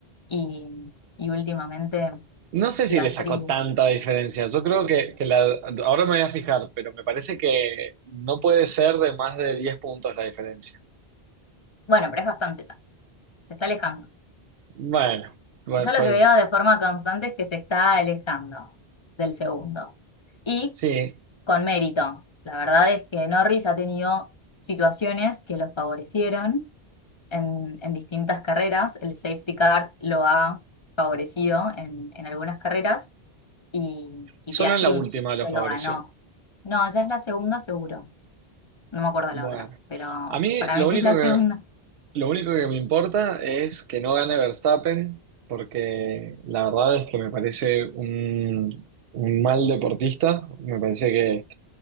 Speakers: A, on the left; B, on the right.
A: y, y últimamente
B: No sé
A: Piastri.
B: si le sacó tanta diferencia. Yo creo que, que la, ahora me voy a fijar, pero me parece que no puede ser de más de 10 puntos la diferencia.
A: Bueno, pero es bastante ya. Se está alejando.
B: Bueno, bueno,
A: Yo ya
B: pues
A: lo que veo de forma constante es que se está alejando del segundo. Y
B: sí,
A: con mérito. La verdad es que Norris ha tenido situaciones que lo favorecieron en, en distintas carreras. El safety car lo ha favorecido en, en algunas carreras y, y
B: solo
A: Piastri
B: en la última lo
A: se
B: favoreció.
A: lo ganó. No, ya es la segunda seguro. No me acuerdo
B: Bueno,
A: la otra, pero
B: a mí
A: para
B: lo
A: mí
B: único
A: que es la
B: que,
A: segunda.
B: lo único que me importa es que no gane Verstappen, porque la verdad es que me parece un, un mal deportista, me parece que,